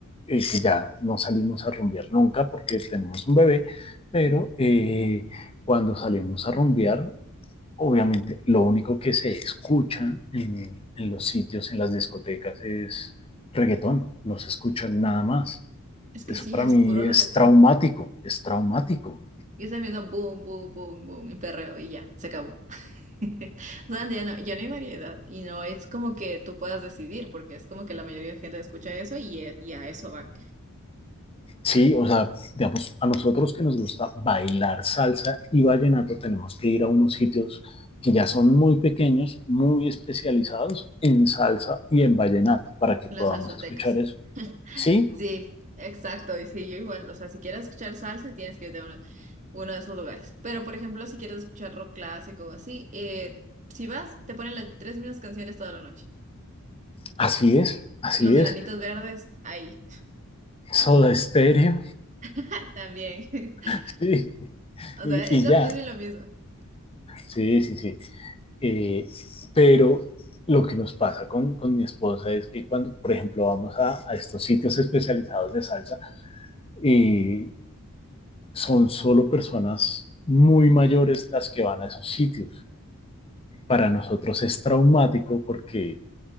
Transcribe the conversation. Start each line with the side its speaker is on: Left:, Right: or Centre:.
Left: eh, que ya no salimos a rumbear nunca porque tenemos un bebé, pero eh, cuando salimos a rumbear obviamente lo único que se escucha en, en los sitios, en las discotecas, es reggaetón, no se escucha nada más.
Right: Es que
Left: Eso
Right: sí,
Left: para
Right: es
Left: mí
Right: puro
Left: es
Right: reggaetón.
Left: traumático, es traumático.
Right: Y es el mismo boom, boom, boom, boom, y perreo y ya, se acabó. <laughs> O sea, ya no, ya no hay variedad y no es como que tú puedas decidir, porque es como que la mayoría de gente escucha eso y, e- y a eso van
Left: Sí, o sea, digamos, a nosotros que nos gusta bailar salsa y vallenato, tenemos que ir a unos sitios que ya son muy pequeños, muy especializados en salsa y en vallenato, para que
Right: las
Left: podamos
Right: salsotecas.
Left: escuchar eso.
Right: <laughs>
Left: Sí,
Right: Sí, exacto, y sí, yo igual, o sea, si quieres escuchar salsa, tienes que irte a uno, uno de esos lugares. Pero, por ejemplo, si quieres escuchar rock clásico o así, eh, si vas, te ponen las tres mismas canciones toda la noche.
Left: así es, así
Right: Los enanitos
Left: es.
Right: verdes, ahí,
Left: Soda estéreo,
Right: <laughs> también. <laughs>
Left: <laughs> sí.
Right: O
Left: Y,
Right: sea, es
Left: y
Right: lo
Left: ya,
Right: mismo y lo mismo.
Left: Sí, sí, sí. Eh, pero lo que nos pasa con, con, mi esposa es que cuando, por ejemplo, vamos a, a estos sitios especializados de salsa, eh, son solo personas muy mayores las que van a esos sitios. Para nosotros es traumático porque